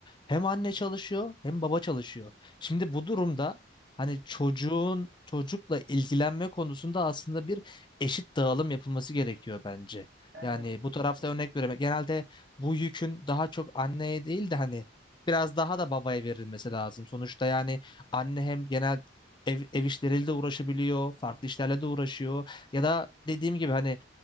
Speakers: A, on the left (about 25°); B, on the right (about 55°).
A: hem anne çalışıyor hem baba çalışıyor. Şimdi bu durumda hani
B: Hı hı.
A: çocuğun çocukla ilgilenme konusunda aslında bir eşit dağılım yapılması gerekiyor bence.
B: Evet.
A: Yani bu tarafta
B: Kesin.
A: örnek vermek. Genelde bu yükün daha çok anneye değil de hani biraz daha da babaya verilmesi lazım. Sonuçta yani anne hem genel ev, ev işleriyle de uğraşabiliyor, farklı işlerle de uğraşıyor. Ya da dediğim gibi hani